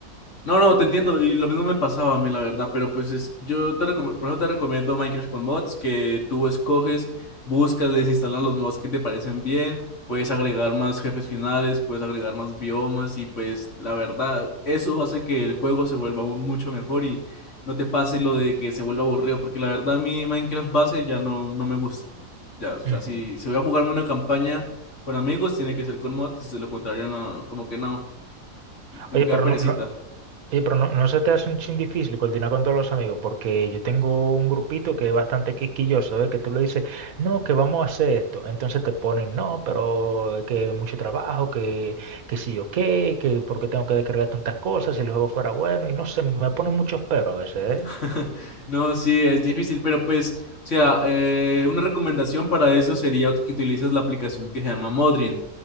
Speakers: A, on the left; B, on the right.
A: No, no, te entiendo, y lo mismo me pasaba a mí, la verdad, pero pues es, yo te recom- por eso te recomiendo Minecraft con mods, que tú escoges, buscas, les instalas los mods que te parecen bien, puedes agregar más jefes finales, puedes agregar más biomas, y pues la verdad, eso hace que el juego se vuelva aún mucho mejor y no te pase lo de que se vuelva aburrido, porque la verdad mi Minecraft base ya no, no me gusta. Ya, o sea,
B: Ujú.
A: si, si voy a jugarme una campaña con amigos, tiene que ser con mods, de lo contrario, no, como que no, como
B: Oye,
A: que
B: pero
A: da perecita.
B: no, no, Oye, pero no, no se te hace un chin difícil coordinar con todos los amigos, porque yo tengo un grupito que es bastante quisquilloso, ¿eh? Que tú le dices, no, que vamos a hacer esto. Entonces te ponen, no, pero que mucho trabajo, que, que sí o qué, que porque tengo que descargar tantas cosas, si el juego fuera bueno, y no sé, me ponen muchos pero a veces,
A: <laughs> No, sí, es difícil, pero pues, o sea, eh, una recomendación para eso sería que utilices la aplicación que se llama Modrient.